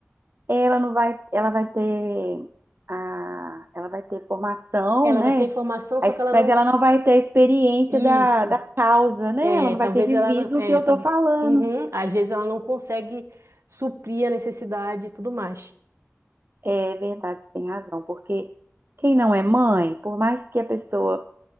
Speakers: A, on the right (about 50°); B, on the right (about 80°).
A: Ela não vai, ela vai ter a, ela vai ter formação,
B: Ela
A: né?
B: vai ter informação, só
A: A
B: que ela
A: Mas
B: não.
A: ela não vai ter a experiência
B: Isso.
A: da, da causa, né?
B: É,
A: Ela não
B: talvez
A: vai ter vivido
B: ela. não- É,
A: o que eu
B: tal-
A: tô falando.
B: Uhum. Às vezes ela não consegue suprir a necessidade e tudo mais.
A: É verdade, você tem razão, porque quem não é mãe, por mais que a pessoa